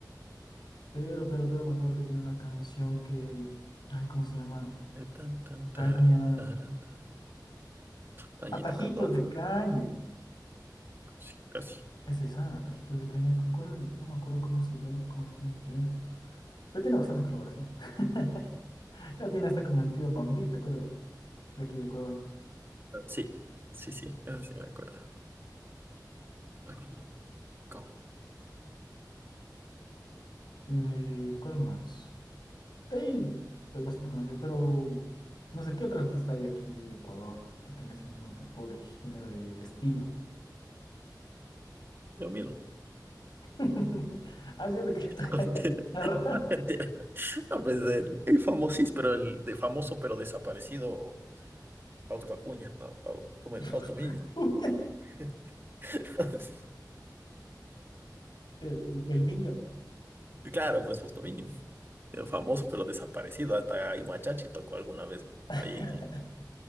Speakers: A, on the left (about 75°); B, on the right (about 30°).
A: pero, pero, pero me acuerdo que tiene una canción que, ay, ¿cómo se llama?
B: Eh, tan, tan,
A: Caña,
B: taran, taran, tan. Añita
A: Atajitos
B: Cardona.
A: de Caña.
B: Sí, casi.
A: Es esa, Atajitos de Caña, ¿con cuál? No me acuerdo cómo se llama, con quién tiene. Pero tiene bastantes colaboraciones. <laughs> Ya tiene hasta con el trío Pambil, ¿te acuerdas? De aquí de Ecuador.
B: Sí, sí, sí, eso sí me acuerdo. Aquí, con
A: Eh, ¿cuál más? Sí, es bastante conocido, pero no sé qué otro artista hay aquí de Ecuador que tenga ese mismo tipo de género de, de estilo.
B: yo mismo.
A: <laughs> Haciendo que toca
B: Pantera.
A: la guitarra.
B: Pantera. No, pues el, el famosís, pero el de famoso pero desaparecido Fausto Acuña, no, Fau- ¿cómo es?
A: <laughs>
B: Fausto Miño.
A: Uña.
B: <laughs> Fausto-
A: El, el, el niño.
B: Claro, pues Fausto Miño. El famoso pero desaparecido, hasta ahí Machachi tocó alguna vez
A: <laughs>
B: ahí en el,